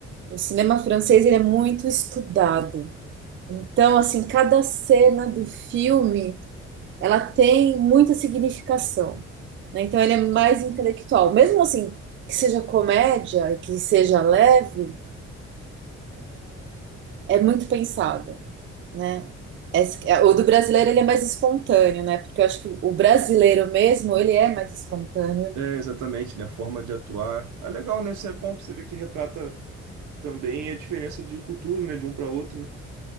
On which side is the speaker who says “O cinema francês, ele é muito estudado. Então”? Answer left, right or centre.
Right